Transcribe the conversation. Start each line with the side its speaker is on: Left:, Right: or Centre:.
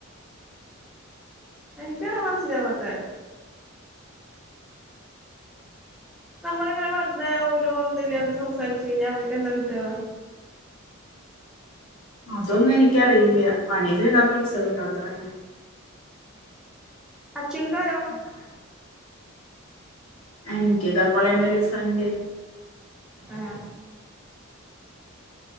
Centre: എനക്ക് അതാ മനസിലാകത്തെ നമ്മളിങ്ങനെ വെറുതെ ഒരു അന്തല്ലാണ്ട് സംസാരിച്ചു കഴിഞ്ഞാൽ അവർക്ക് എന്താ കിട്ടു ക.
Left: അതൊന്നും എനിക്കറിയില്ല പണി ചെയ്താ പൈസ കിട്ടും അത്രന്നെ.
Centre: അ ചിന്ത <unintelligible>
Left: <unintelligible> എനിക്ക് ഇതപലെന്നെ ഒരു ഫ്രണ്ട്
Centre: ആഹ.